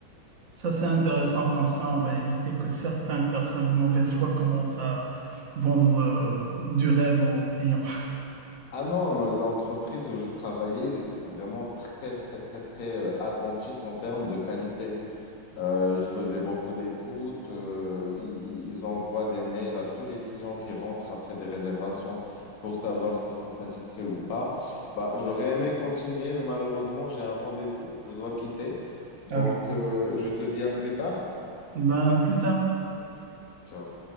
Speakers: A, on the right (about 50°); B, on the left (about 50°).
A: Ça, c'est intéressant, comme ça, on va éviter que certaines personnes de mauvaise foi commencent à vendre euh, du rêve aux clients.
B: Ah non, non, l'entreprise où je travaillais, ils étaient vraiment très, très, très, très euh, attentifs en termes de qualité. Euh, ils faisaient beaucoup d'écoutes. euh, ils, ils envoient des mails à tous les clients qui rentrent après des réservations pour savoir s'ils sont satisfaits ou pas. Bah, j'aurais aimé continuer, mais malheureusement, j'ai un rendez-vous. Je dois quitter. Donc,
A: Ah oui,
B: euh, je te dis à plus tard.
A: ben à plus tard.
B: Ciao.